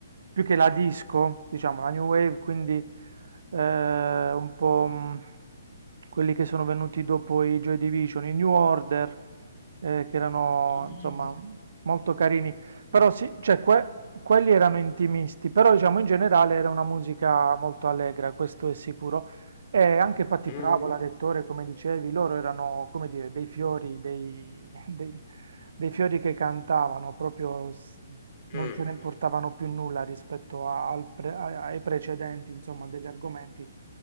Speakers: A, on the right; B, on the left.
A: più che la disco, diciamo, la New Wave, quindi eh, un po' mh, quelli che sono venuti dopo i Joy Division, i New Order, eh, che erano,
B: mhm,
A: insomma, molto carini. Però sì, cioè que- quelli erano intimisti, però diciamo in generale era una musica molto allegra, questo è sicuro. E anche Patti
B: mhm,
A: Pravola, Rettore, come dicevi, loro erano, come dire, dei fiori, dei, <laughs> dei- dei fiori che cantavano, proprio s- non
B: mm.
A: se ne importavano più nulla rispetto a- al pre- a- ai precedenti, insomma, degli argomenti.